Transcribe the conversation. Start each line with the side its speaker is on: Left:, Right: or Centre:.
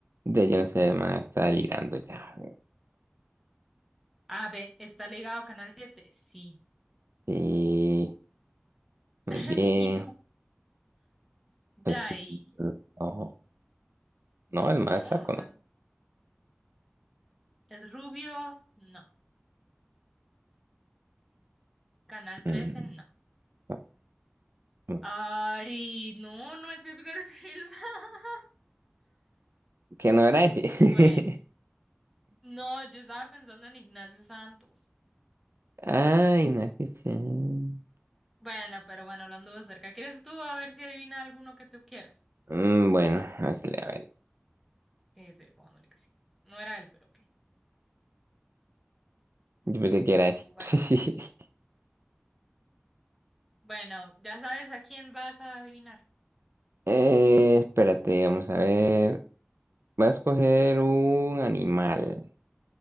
Right: De yo no sé, más está delirando ya.
Centre: A, B, ¿está ligado a Canal Siete. Sí.
Right: Sí.
Centre: <laughs>
Right: Muy
Centre: Rellenito.
Right: bien.
Centre: Ya,
Right: Pues,
Centre: y
Right: mm, no, no, el
Centre: no,
Right: más flaco
Centre: no. ¿Es rubio? No. ¿Canal
Right: no.
Centre: Trece.
Right: Mm,
Centre: No.
Right: no, no sé.
Centre: Ay, no, no es Edgar Silva. <laughs>
Right: Que no era ese. <laughs>
Centre: Bueno, no, yo estaba pensando en Ignacio Santos.
Right: Ay, no es que sea. Mm,
Centre: Bueno, pero bueno, lo anduvo cerca. ¿Quieres tú a ver si adivina alguno que tú quieras?
Right: bueno, no, es que, a ver.
Centre: Que sí, pongámosle que sí. No era él, pero ok.
Right: Yo pensé que
Centre: Ok,
Right: era ese.
Centre: jugar.
Right: <laughs>
Centre: Bueno, ya sabes a quién vas a adivinar.
Right: Eh, espérate, vamos a ver. Voy a escoger un animal.